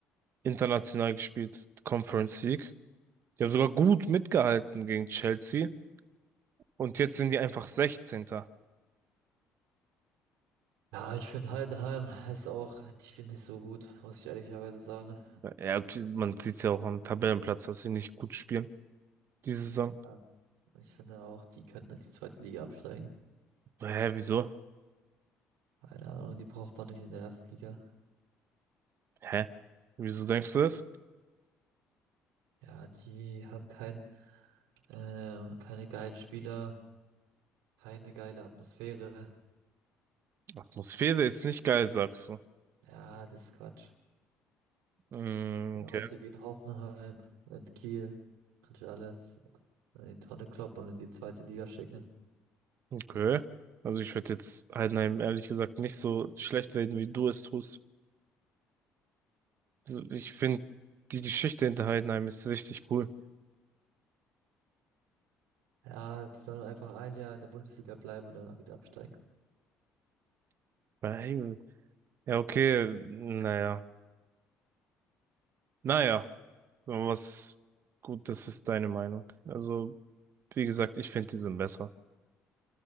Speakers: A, on the right (about 50°); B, on the right (about 90°).
A: international gespielt, Conference League. Die haben sogar gut mitgehalten gegen Chelsea. Und jetzt sind die einfach 16.
B: Ja, ich finde Heidenheim ist auch, die spielen nicht so gut, muss ich ehrlicherweise sagen.
A: Ja, okay, man sieht es ja auch am Tabellenplatz, dass sie nicht gut spielen diese Saison.
B: Ja. Ich finde auch, die könnten in die zweite Liga absteigen.
A: Hä, wieso?
B: Keine Ahnung, die braucht man nicht in der ersten Liga.
A: Hä? Wieso denkst du das?
B: Ja, die haben keinen Äh, keine geilen Spieler, keine geile Atmosphäre.
A: Atmosphäre ist nicht geil, sagst du.
B: Ja, das ist Quatsch.
A: Mm,
B: Genauso
A: okay.
B: wie in Hoffenheim und Kiel. Kannst du alles in die Tonne kloppen und in die zweite Liga schicken.
A: Okay. Also ich würde jetzt Heidenheim ehrlich gesagt nicht so schlecht reden, wie du es tust. Also ich finde, die Geschichte hinter Heidenheim ist richtig cool.
B: Ja, die sollen einfach ein Jahr in der Bundesliga bleiben und danach wieder absteigen.
A: Weil, ja, okay, naja. Naja, aber was gut, das ist deine Meinung. Also, wie gesagt, ich finde die sind besser.